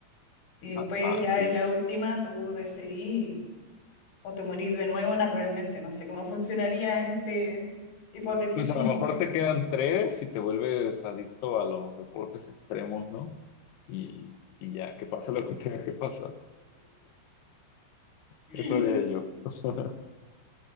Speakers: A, on the left (about 55°); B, on the left (about 75°).
A: Y después
B: Ah, ah,
A: ya
B: sí.
A: en la última tú decidís o te morís de nuevo naturalmente. No sé cómo funcionaría en este hipoteticismo.
B: Pues a lo mejor te quedan tres y te vuelves adicto a los deportes extremos, ¿no? Y, y ya, que pase lo que tenga que pasar.
A: <laughs>
B: Eso haría yo. <laughs>